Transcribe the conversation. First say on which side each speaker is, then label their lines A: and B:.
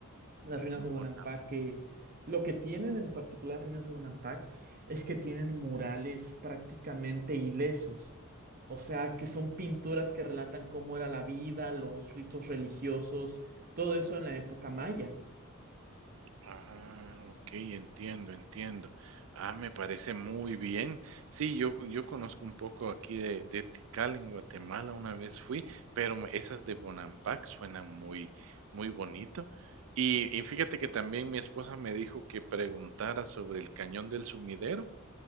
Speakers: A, on the right; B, on the right.
A: Las ruinas
B: Bonapa.
A: de Bonampak, que lo que tienen en particular las ruinas de Bonampak es que tienen murales prácticamente ilesos. O sea, que son pinturas que relatan cómo era la vida, los ritos religiosos, todo eso en la época maya.
B: Ah, ok, entiendo, entiendo. Ah, me parece muy bien. Sí, yo, yo conozco un poco aquí de, de Tikal en Guatemala, una vez fui, pero me- esas de Bonampak suenan muy, muy bonito. Y, y fíjate que también mi esposa me dijo que preguntara sobre el Cañón del Sumidero.